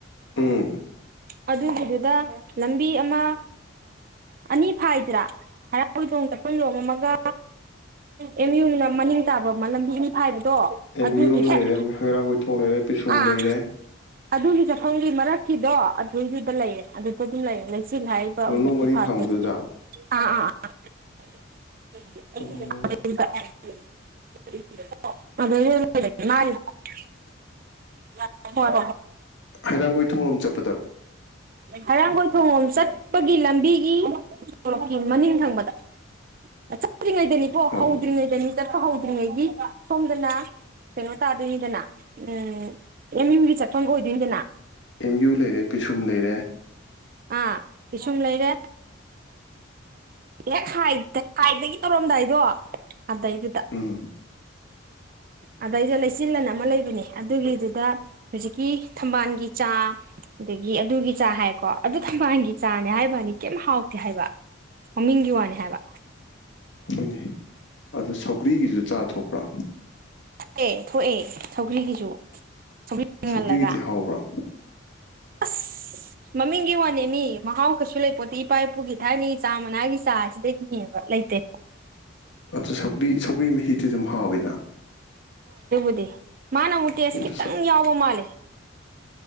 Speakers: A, on the left; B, on the right.
A: ꯎꯝ
B: ꯑꯗꯨꯒꯤꯗꯨꯗ ꯂꯝꯕꯤ ꯑꯃ ꯑꯅꯤ ꯐꯥꯏꯗ꯭ꯔꯥ ꯍꯩꯔꯥꯡꯒꯣꯏ ꯆꯠꯐꯝ ꯑꯃꯒ ꯑꯦꯝ ꯌꯨ ꯒꯤ ꯃꯅꯤꯡ ꯇꯕ ꯂꯝꯕꯤ ꯑꯅꯤ ꯐꯥꯏ ꯇꯣ
A: ꯑꯦꯝ
B: ꯑꯗꯨꯗꯤ
A: ꯌꯨꯔꯣꯝ ꯂꯩꯔꯦ
B: ꯍꯦꯛ
A: ꯍꯩꯔꯥꯡꯒꯣꯏꯊꯣꯡ ꯂꯩꯔꯦ ꯄꯤꯁꯨꯝ
B: ꯑꯥ
A: ꯂꯩꯔꯦ
B: ꯑꯗꯨꯒꯤ ꯆꯥꯐꯝꯒꯤ ꯃꯔꯛꯀꯤꯗꯣ ꯑꯗꯨꯏꯗꯨꯗ ꯂꯩꯔꯦ ꯑꯗꯨꯁꯨ ꯑꯗꯨꯝ ꯂꯩꯔꯦ ꯂꯩ ꯁꯤꯜ ꯍꯥꯏꯕ
A: ꯂꯝꯂꯧ
B: ꯍꯧꯖꯤꯛꯀꯤ
A: ꯃꯔꯤ
B: ꯐꯥꯛꯄꯁꯦ
A: ꯐꯥꯡꯕꯗꯨꯗ
B: ꯑꯥ ꯑꯥ ꯑꯥꯥ <unintelligible>
A: ꯑꯣ
B: <unintelligible> ꯍꯣꯏ
A: ꯍꯩꯔꯥꯡꯒꯣꯏ ꯊꯣꯡꯂꯣꯝ ꯆꯠꯄ
B: ꯍꯔꯥꯡ ꯀꯣꯏ ꯊꯣꯡꯂꯣꯝ ꯆꯠ ꯆꯄꯒꯤ ꯂꯝꯕꯤꯒꯤ ꯁꯣꯔꯣꯛꯀꯤ ꯃꯅꯤꯡ ꯊꯪꯕꯗ ꯆꯠꯇ꯭ꯔꯤꯉꯩꯗꯅꯤ ꯀꯣ ꯍꯧꯗ꯭ꯔꯤꯉꯩꯗꯅꯤ
A: ꯑꯣ
B: ꯆꯠꯄ ꯍꯧꯗ꯭ꯔꯤꯉꯩꯒꯤ ꯁꯣꯝꯗꯅ ꯀꯩꯅꯣ ꯇꯥꯗꯣꯏꯅꯤꯗꯅ ꯎꯝ ꯑꯦꯝ ꯌꯨꯝꯒꯤ ꯆꯠꯐꯝ ꯑꯣꯏꯗꯣꯏꯅꯤꯗꯅ
A: ꯑꯦꯝ ꯌꯨ ꯂꯩꯔꯦ ꯄꯤꯁꯨꯝ ꯂꯩꯔꯦ
B: ꯑꯥ ꯄꯤꯋꯨꯝ ꯂꯩꯔꯦ ꯍꯦꯛ ꯍꯥꯏꯕꯒꯤ ꯇꯧꯔꯝꯗꯥꯏꯗꯣ ꯑꯗꯩꯗꯨꯗ
A: ꯎꯝ
B: ꯑꯗꯩꯗ ꯂꯩꯆꯤꯜꯂꯅ ꯑꯃ ꯂꯩꯕꯅꯦ ꯑꯗꯨꯒꯤ ꯑꯗꯨꯗ ꯍꯧꯖꯤꯛꯀꯤ ꯊꯝꯕꯥꯜꯒꯤ ꯆꯥ ꯑꯗꯨꯗꯒꯤ ꯑꯗꯨꯒꯤ ꯆꯥ ꯍꯥꯏꯀꯣ ꯑꯗꯨ ꯊꯝꯕꯥꯜꯒꯤ ꯆꯥꯅꯦ ꯍꯥꯏꯕ ꯋꯅꯤ ꯀꯩꯝ ꯍꯥꯎꯇꯦ ꯍꯥꯏꯕ ꯃꯃꯤꯡꯒꯤ ꯋꯥꯅꯤ ꯍꯥꯏꯕ
A: ꯍꯣꯏꯅꯦ ꯑꯗꯨ ꯁꯧꯒ꯭ꯔꯤꯒꯤꯖꯨ ꯆꯥ ꯊꯣꯛꯄ꯭ꯔꯥ
B: ꯑꯦ ꯊꯣꯛꯑꯦ ꯁꯧꯒ꯭ꯔꯤꯒꯤꯁꯨ ꯁꯧꯒ꯭ꯔꯤ ꯀꯪꯍꯜꯂꯒ
A: ꯁꯧꯒ꯭ꯔꯤꯒꯤꯗꯤ ꯍꯥꯎꯕ꯭ꯔꯥ
B: ꯑꯁ ꯃꯃꯤꯡꯒꯤ ꯋꯥꯅꯦꯃꯤ ꯃꯍꯥꯎ ꯀꯩꯁꯨ ꯂꯩꯄꯣꯠꯇ ꯏꯄꯥ ꯏꯄꯨꯒꯤ ꯊꯥꯏꯅꯩ ꯆꯥ ꯃꯅꯥꯒꯤ ꯆꯥꯁꯤꯗꯒꯤ ꯍꯦꯟꯕ ꯂꯩꯇꯦ
A: ꯑꯗꯨ ꯁꯧꯒ꯭ꯔꯤ ꯃꯍꯤꯗꯤ ꯑꯗꯨꯝ ꯍꯥꯎꯋꯤꯅ
B: ꯗꯦ ꯃꯥꯅ ꯃꯨꯛ ꯇꯦꯁ
A: ꯑꯗꯨ
B: ꯈꯤꯇꯪ ꯌꯥꯎꯕ ꯃꯥꯜꯂꯦ